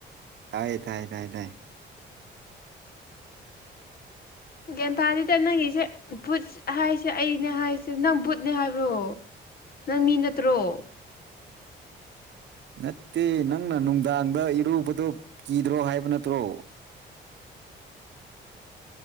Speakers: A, on the right; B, on the left.
A: ꯇꯥꯏꯌꯦ ꯇꯥꯏ ꯇꯥꯏ ꯇꯥꯏ
B: ꯒꯌ꯭ꯥꯟꯇꯥꯥꯗꯤꯗ ꯅꯪꯒꯤꯁꯦ ꯚꯨꯠ ꯍꯥꯏꯁꯦ ꯑꯩꯅꯦ ꯍꯥꯏꯁꯦ ꯅꯪ ꯕꯨꯠꯅꯦ ꯍꯥꯏꯕ꯭ꯔꯣ ꯅꯪ ꯃꯤ ꯅꯠꯇ꯭ꯔꯣ <unintelligible>
A: ꯅꯠꯇꯦ ꯅꯪꯅ ꯅꯨꯡꯗꯥꯡꯗ ꯏꯔꯨꯕꯗꯣ ꯀꯤꯗ꯭ꯔꯣ ꯍꯥꯏꯕ ꯅꯠꯇ꯭ꯔꯣ